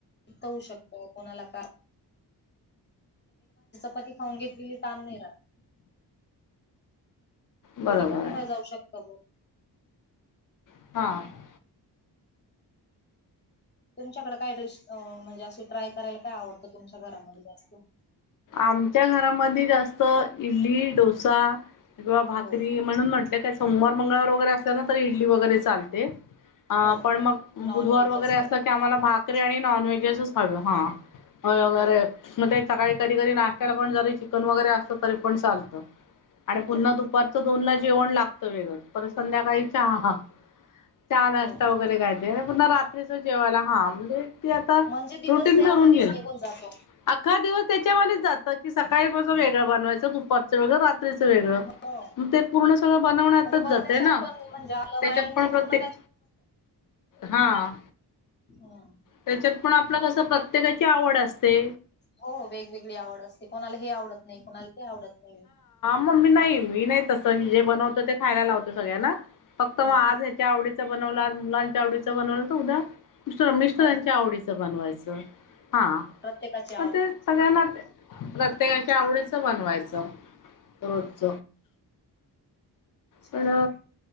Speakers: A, on the left (about 25°); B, on the left (about 50°).
A: ऊ शकतो कोणाला काय कधी खाऊन घेतलेली ताण नाही राहत
B: बरोबर
A: कोणी कुठं
B: आहे
A: पण जाऊ शकतो ग
B: ह
A: तुमच्याकडे काय डिश म्हणजे असे ट्राय करायला काय आवडत यांच्या घरामध्ये जास्त
B: आमच्या घरामध्ये जास्त इडली डोसा किंवा भाकरी
A: हो का
B: म्हणून म्हटल हे का सोमवार मंगळवार वगैरे असल ना तरी इडली वगैरे चालते आ
A: हो हो
B: पण मग
A: नॉन
B: बुधवार
A: व्हेज
B: वगैरे
A: जास्त
B: असला की ते आम्हाला भाकरी आणि नॉनव्हेजसच हवे ह वगैरे
A: हो
B: मग ते सकाळी कधी कधी नाश्त्या ला पण ज चिकन वगैरे असत तरी पण चालत आणि पु्हा
A: हो
B: पाच दोनला जेवण लागत वेग पर संध्याकाळी चहा ह चहा नाश्ता
A: हो ना
B: वगैरे काय ते पुन्हाात रात्र जेवाला हा आमलेट ते
A: म्हणजे दिवस
B: रुटीन
A: त्यामध्येच
B: ठरून येईल
A: निघून जातो
B: अखा दिवस तेच्यामध्येच जात की सकाळीपसं वेगळं बनवायचं दुपारचं वेगळं रात्रीचं वेगळं
A: हो
B: मग ते पूर्ण सगळं बनवण्यातच
A: पण बनवण्यासाठी
B: जाते ना
A: पण म्हणजे आपलं
B: त्याच्यांत
A: माइंड
B: पण प्रत्येक
A: पूर्ण
B: हाआ
A: ह
B: त्याच्यात पण आपलं कसं प्रत्येकाची आवड असते
A: हो वेगवेगळी आवड असते कोणाला हे आवडत नाही कोणाला ते आवडत नाही
B: मग मी नाही मी नाही तसं की जे बनवत ते खायला लावतो सगळ्यांना फक्त मग
A: हो
B: आज
A: ना
B: आवडीचा बनवला मुलांच्या आवडीचा बनवला तर उद्या मिर रमे त्यांच्या
A: हो
B: आवडीचं बनवायचं हा
A: प्रत्येका
B: मग ते सगळ्यांना प्रत्येकाच्या आवडीच बनवायचं
A: ह
B: रोच
A: ह छान
B: पण
A: आहे ना